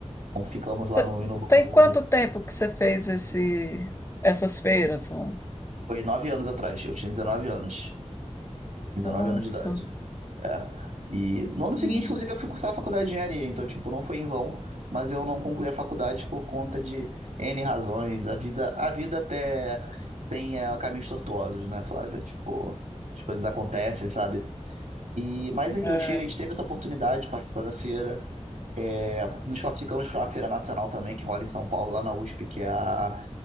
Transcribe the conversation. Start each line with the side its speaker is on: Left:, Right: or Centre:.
Right: Então ficamos lá
Left: Te-
Right: no em Novo
Left: Tem
Right: Hamburgo.
Left: quanto tempo que você fez esse, essas feiras? Rô?
Right: Foi nove anos atrás, eu tinha 19 anos. dezenove
Left: Nossa.
Right: anos de idade. É. E no ano seguinte,
Left: hum,
Right: inclusive, eu fui cursar a faculdade de engenharia, então, tipo, não foi em vão, mas eu não concluí a faculdade por conta de N razões. A vida, a vida até tem eh, caminhos tortuosos, né, Flávia? Tipo, as coisas acontecem, sabe? E, mas aí
Left: é,
Right: eu tive- a gente teve essa oportunidade de participar da feira. É, nos classificamos para uma feira nacional também, que rola em São Paulo, lá na USP, que é a,